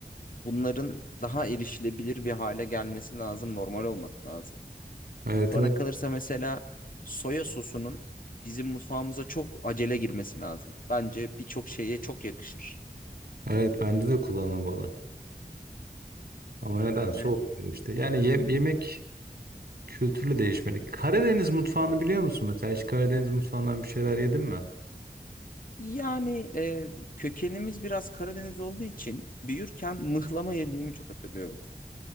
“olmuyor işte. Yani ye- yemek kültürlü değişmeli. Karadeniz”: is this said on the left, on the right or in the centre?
Right